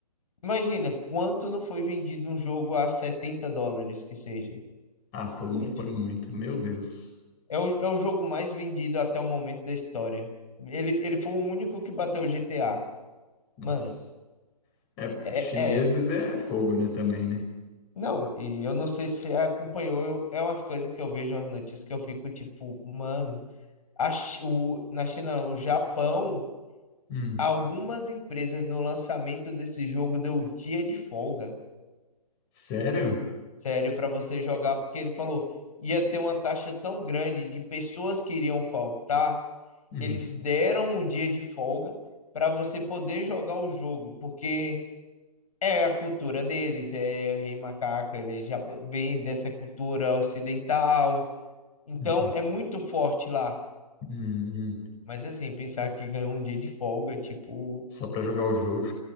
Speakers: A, on the left; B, on the left.
A: imagina quanto não foi vendido um jogo a 70 dólares que seja.
B: Ah, foi, um-
A: Muito.
B: foi muito, meu Deus.
A: É o, é o jogo mais vendido até o momento da história. Ele, ele foi o único que bateu o GTA.
B: Nossa.
A: Mano,
B: É,
A: é,
B: chineses
A: é
B: é fogo, né, também, né?
A: Não, e eu não sei se você acompanhou, eu- é umas coisas que eu vejo nas notícias que eu fico tipo, mano, a, Chi- o, na China, não, o Japão,
B: Hum.
A: algumas empresas no lançamento desse jogo deu dia de folga,
B: Sério?
A: sério, pra você jogar, porque ele falou, ia ter uma taxa tão grande de pessoas que iriam faltar,
B: Hum,
A: eles deram um dia de folga pra você poder jogar o jogo, porque é a cultura deles, é o Rei Macaco, ele é japo- bem dessa cultura ocidental. Então
B: entendi.
A: é muito forte lá.
B: Hum, hum.
A: Mas assim, pensar que ganhou um dia de folga, tipo,
B: Só pra jogar o jogo.